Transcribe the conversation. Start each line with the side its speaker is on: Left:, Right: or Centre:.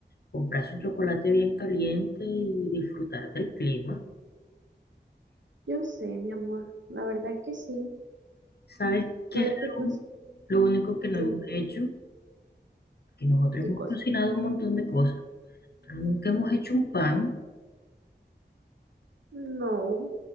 Left: comprarse un chocolate bien caliente y disfrutar del clima.
Right: yo sé, mi amor, la verdad es que sí,
Left: ¿Sabes qué
Right: solo
Left: es
Right: que pues,
Left: lo, lo único que no
Right: dime,
Left: hemos hecho? que nosotros
Right: ¿qué
Left: hemos
Right: cosa?
Left: cocinado un montón de cosas, pero nunca hemos hecho un pan.
Right: No,